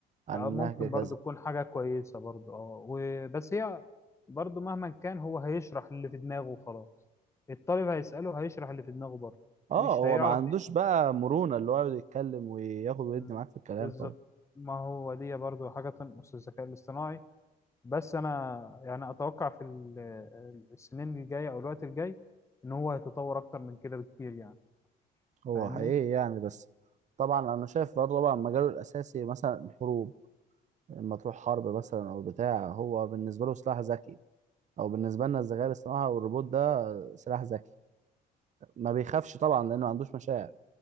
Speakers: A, on the right; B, on the left.
A: عن
B: لا،
A: النهج
B: ممكن برضو
A: كذا
B: تكون حاجة كويسة برضو اه وبس هي برضو مهما كان هو هيشرح اللي في دماغه وخلاص الطالب هيسأله هيشرح اللي في دماغه برضو
A: اه
B: مش
A: هو
B: هيعرف
A: ما عندوش
B: إيه.
A: بقى مرونة اللي هو يقعد يتكلم وياخد ويدي
B: مم.
A: معاك في الكلام
B: بالظبط
A: طبعا
B: ما هو دي برضو حاجة تنقص الذكاء الاصطناعي بس انا يعني اتوقع في ال- السنين الجايه او الوقت الجاي ان هو هيتطور اكتر من كده بكتير يعني
A: هو
B: فاهمني
A: حقيقي يعني بس طبعا انا شايف برضه طبعا مجاله الاساسي مثلا الحروب لما تروح حرب مثلا او بتاع هو بالنسبه له سلاح ذكي او بالنسبه لنا الذكاء الاصطناعي والروبوت ده سلاح ذكي ما بيخافش طبعا لانه ما عندوش مشاعر